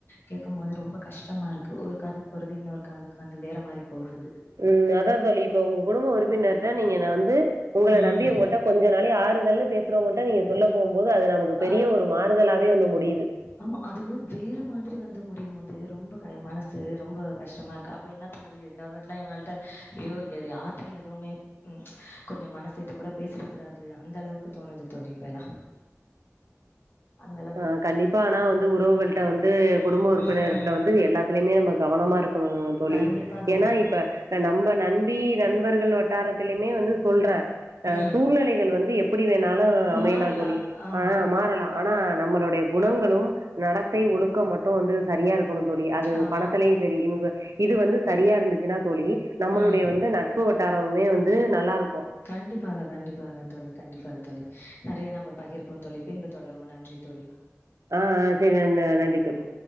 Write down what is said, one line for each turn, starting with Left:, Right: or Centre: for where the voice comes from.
Left: கேக்கும்போது ரொம்ப கஷ்டமா இருக்கு ஒரு காது போருதி இன்னொரு காதுக்கு வந்து வேற மாரிப் போகுது
Right: ம் அதா தோழி இப்ப உங்க குடும்ப உறுப்பினர்ட்ட நீங்கன வந்து உங்கள
Left: ம்.
Right: நம்பி உங்கள்ட்ட கொஞ்ச நாளே ஆறுதல்னு பேசறவங்கள்ட்ட நீங்க சொல்ல போம்போது அது நமக்குத்
Left: ஆ
Right: பெரிய ஒரு மாறுதலாவே வந்து முடியுது
Left: ஆமா அதுவே வேற மாதிரி வந்து முடியும் போது ரொம்ப கய மனசு ரொம்ப கஷ்டமா இருக்கு அப்ப என்னாத் தோணுது இன்னோர்வாட்லா இவுங்கள்ட்ட ஐயோ இத யார்ட்டியு எதுவுமேப் ம் கொஞ்சோ மனசு விட்டு கூட பேசிடக் கூடாது அந்த அளவுக்கு தோணுது தோழி இப்ப எல்லா அந்தள
Right: ஆ கண்டிப்பா ஆனா வந்து உறவுகள்ட்ட வந்து குடும்ப உறுப்பினர்ட்ட
Left: ம்.
Right: வந்து எல்லாத்துலியுமே நம்ம கவனமா இருக் கனு தோழி
Left: கண்டிப்பா தோழி.
Right: எனா இப்ப இப்ப நம்ம நண்பி நண்பர்கள் வட்டாரத்துலியுமே வந்து சொல்றே அ
Left: ம்.
Right: சூழ்நிலைகள் வந்து எப் ப்டி வேணாலு அமையலாந்
Left: மாறலாம்.
Right: தோழி
Left: ஆமா,
Right: ஆனா மாறலா ஆனா நம்மளோடைய குணங்களும் நடத்தை ஒழுக்கம் மட்டு வந்து சரியா இருக் கனுந் தோழி அது
Left: ஆமா.
Right: பணத்தலியு சரி இன்க இது வந்து சரியா இருந்துச்சுனா தோழி நம்மளுடைய
Left: ம்.
Right: வந்து நட்பு வட்டாரமுமே வந்து நல்லாருக்கு
Left: கண்டிப்பாக கண்டிப்பாக தோழி கண்டிப்பா தோழி நெறைய நம்ப பகிர்ப்போந் தோழி பின்பு தொடருவோ நன்றித் தோழி
Right: ஆ ஆ செரி நன் நன்றி தோழி